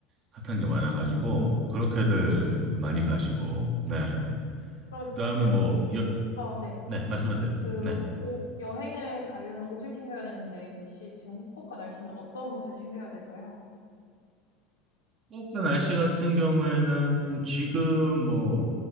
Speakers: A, on the right; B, on the left.
A: 핫한 게 많아가지고 그렇게들
B: 어,
A: 많이 가시고 네.
B: 그럼
A: 그다음에
B: 지금부터,
A: 뭐 여,
B: 네.
A: 네, 말씀하세요.
B: 꼭 그,
A: 네.
B: 오 여행을 가려면 옷을 챙겨야 되는데, 혹시 지금 후쿠오카 날씨는 어떤 옷을 챙겨야 될까요?
A: 후쿠오카 날씨 같은 경우에는 지금 뭐